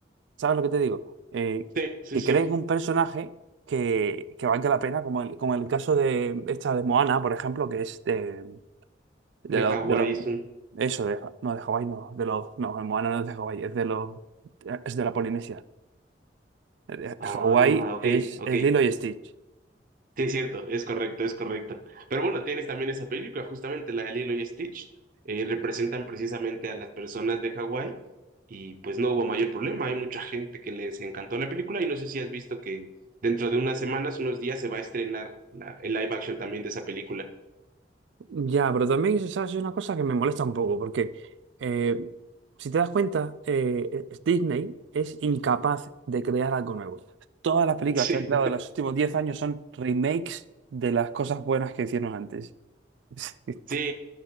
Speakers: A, on the right (about 85°); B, on the right (about 50°).
A: ¿Sabes lo que te digo? Eh,
B: Sí, sí,
A: que
B: sí.
A: creen un personaje que, que valga la pena, como el, como el caso de esta de Moana, por ejemplo, que es de, de,
B: De
A: lo-
B: Hawái
A: de los...
B: es un...
A: Eso, de, no, de Hawái, no, de los... No, de Moana no es de Hawái, es de los... Es de la Polinesia. Eh, eh,
B: Ah,
A: Hawái
B: ok,
A: es,
B: ok.
A: es Lilo y Stitch.
B: Sí, es cierto, es correcto, es correcto. Pero bueno, tienes también esa película, justamente la de Lilo y Stitch, eh, representan precisamente a las personas de Hawái y pues no hubo mayor problema, hay mucha gente que les encantó la película y no sé si has visto que dentro de unas semanas, unos días se va a estrenar la, el live action también de esa película.
A: Ya, pero también, ¿sabes? Es una cosa que me molesta un poco, porque eh, si te das cuenta, eh, es- Disney es incapaz de crear algo nuevo. Todas las películas
B: <laughs>
A: que han creado
B: Sí.
A: en los últimos 10 años son remakes de las cosas buenas que hicieron antes. <laughs>
B: Sí,